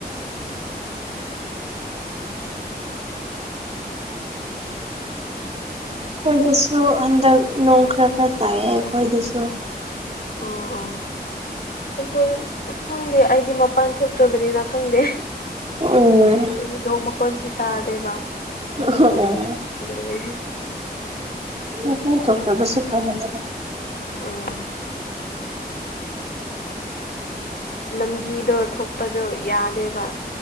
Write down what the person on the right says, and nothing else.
ꯑꯩꯈꯣꯏꯗꯁꯨ ꯍꯟꯗꯛ ꯅꯣꯡ ꯈꯔ ꯈꯔ ꯇꯥꯏꯑꯦ ꯑꯩꯈꯣꯏꯗꯁꯨ
ꯎꯝ
ꯑꯣ ꯑꯣ
ꯎ ꯀꫭꯛ ꯐꯔꯛ ꯇꯥꯕ ꯁꯥꯛ ꯑꯃ ꯌꯥꯎꯕꯅꯦ ꯫